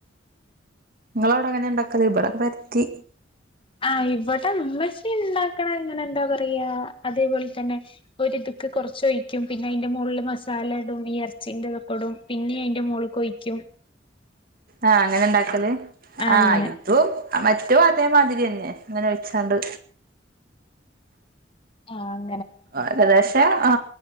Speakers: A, on the right; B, on the left.
A: നിങ്ങ അവിടെ അങ്ങനെ ഉണ്ടാക്കല്ല ഇവിടെക്കെ പര പക്കി
B: ആ് ഇവിടെ അമ്മശ ഉണ്ടാക്കണം ഇങ്ങനെ എന്താ പറയാ അതേപോലെ തന്നെ ഒരു െ കുറച്ചൊഴിക്കും പിന്നെ അതിന്റെ മുകളിൽ മസാല ഇടും ഈ ഇറച്ചീന്റെൊക്കെ ഇടും പിന്നെ അയിന്റെ മോൾ കൊൊഴിക്കും
A: ആഹ അങ്ങനെ ഇണ്ടാക്കല്േ
B: ആ
A: ആഹ്
B: അങ്ങനെ
A: ഇപ്പ മറ്റോ അതേമാതിരി തന്നെ ഇങ്ങനെ വച്ചാണ്ട്
B: ആഹ്
A: ആ കതാശ പക്ഷേ ആ